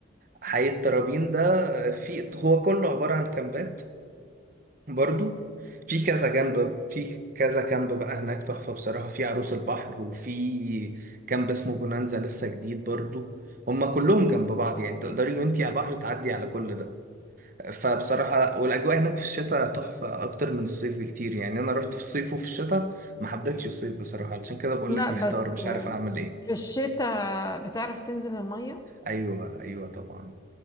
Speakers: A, on the right; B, on the left.
A: حي الترابين ده في هو كله عباره عن كامبات برضو في كذا جنب في كذا كامب بقى هناك تحفه بصراحه في عروس البحر وفي كامب اسمه بونانزا لسه جديد برضو هما كلهم جنب بعض يعني تقدري وانتي على البحر تعدي على كل ده فبصراحة والأجواء هناك في الشتاء تحفة أكتر من الصيف بكتير يعني أنا رحت في الصيف وفي الشتاء ما حبيتش الصيف بصراحة علشان كده بقول
B: لا
A: لك محتار
B: بس
A: مش
B: آه،
A: عارف أعمل إيه
B: في الشتاء بتعرف تنزل المية
A: أيوه أيوه طبعا